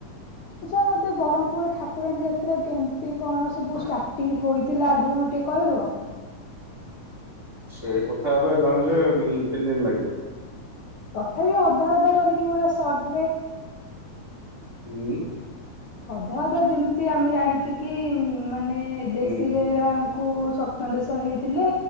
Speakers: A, on the left; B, on the right.
A: ଆଚ୍ଛା ମତେ ବ୍ରହ୍ମପୁର ଠାକୁରାଣୀ ଯାତ୍ରା କେମିତି କଣ ସବୁ ଷ୍ଟାର୍ଟିଂ ହେଇଥିଲା ଆଗରୁ ମତେ ଟିକେ କହିବ।
B: ସେ କଥା ଏବେ ଜାଣିଲେ ତିନି ଦିନ ଲାଗିବ।
A: ତଥାପି ଅଧା ଅଧା କରିକି ପୁରା ସଟ ରେ
B: ହୁଁ?
A: ଅଧା ଅଧା ଯେମିତି ଆମେ ଜାଣିଛୁ କି ମାନେ ଦେଶୀ
B: ହୁଁ
A: ଗାଈର କୁ ସ୍ଵପ୍ନ ଦେଶ ହେଇଥିଲେ